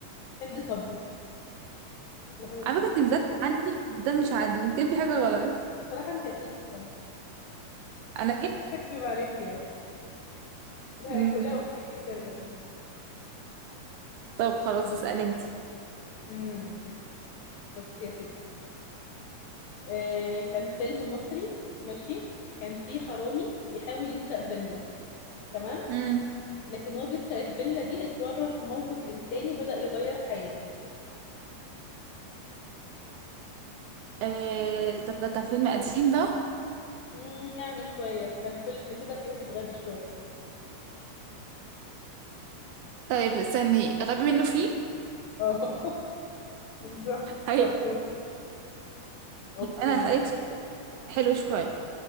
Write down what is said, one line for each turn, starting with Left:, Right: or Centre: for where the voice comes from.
Left: هند صبري كنت بحب المسلسل
Right: على فكرة انت مذاكرة
Left: ده
Right: عني ده مش عادل يمكن في حاجة غلط
Left: صراحة انت اسئلتك سهلة
Right: انا
Left: مش هكذب عليكي يعني لا
Right: مم.
Left: أك- لا اخفيكي سرا
Right: طب خلاص
Left: بص
Right: اسألي انتي
Left: امم بص يا ستي آه كان فيلم مصري ماشي كان فيه حرامي بيحاول يسرق فيلا تمام
Right: امم
Left: لكن هو بيسرق الفيلا دي اتورط في موقف انساني بدأ يغير حياته
Right: آه... طب ده كان فيلم قديم ده
Left: امم يعني شوية كان فيلم كده فيه واحد غبي شوية
Right: طيب استني غبي منه فيه
Left: اه <laughs> بالظبط
Right: هي
Left: شطورة اوكي
Right: انا هسألك سؤال حلو شوية